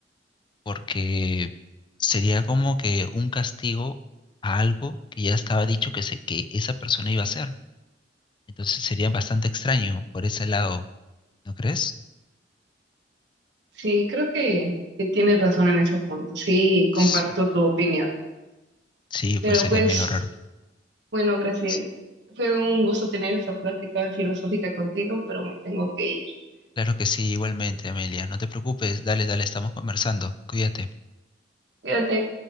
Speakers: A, on the left; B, on the right.
A: porque sería como que un castigo a algo que ya estaba dicho que, se, que esa persona iba a hacer. Entonces sería bastante extraño por ese lado, ¿no crees?
B: Sí, creo que, que tienes razón en ese punto. Sí, comparto
A: S-
B: tu opinión.
A: Sí,
B: Pero
A: pues sería
B: pues,
A: medio raro.
B: bueno, Graciela,
A: S-
B: Fue un gusto tener esta plática filosófica contigo, pero me tengo que ir.
A: Claro que sí, igualmente, Amelia. No te preocupes, dale, dale, estamos conversando. Cuídate.
B: Cuídate.